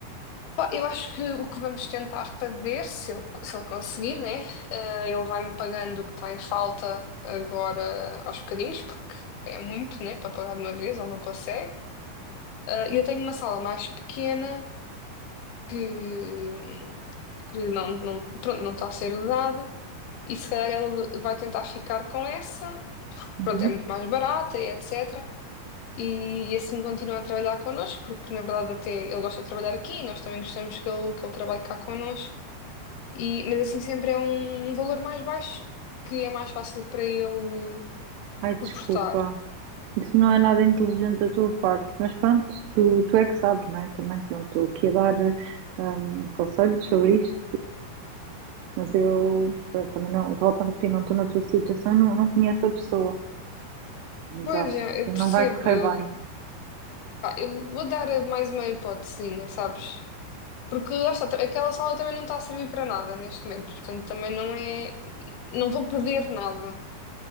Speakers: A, on the left; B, on the right.
A: Pá, eu acho que o que vamos tentar fazer, se eu, se eu conseguir, né? eh, ele vai-me pagando o que está em falta agora aos bocadinhos, porque é muito, né? Para pagar de uma vez, ele não consegue. Eh, E eu tenho uma sala mais pequena que, que não, não, pronto, não está a ser usada. E se calhar ele vai tentar ficar com essa,
B: Uhum.
A: pronto, é muito mais barata e etc. E, e assim continua a trabalhar connosco, porque na verdade até ele gosta de trabalhar aqui e nós também gostamos que ele, que ele trabalhe cá connosco. E, mas assim sempre é um, um valor mais baixo que é mais fácil para ele
B: Ai, desculpa.
A: suportar.
B: Isso não é nada inteligente da tua parte, mas pronto, tu, tu é que sabes, não é? Também, pronto, estou aqui a dar eh, ahm, conselhos sobre isto, mas eu, pronto, também não, volto a repetir, não estou na tua situação, não, não conheço a pessoa, mas
A: Pois
B: acho
A: é, eu
B: que não
A: percebo,
B: vai correr
A: eu,
B: bem.
A: pá, eu vou dar mais uma hipotesinha, sabes? Porque lá está, aquela sala também não está a servir para nada neste momento, portanto também não é, não vou perder nada.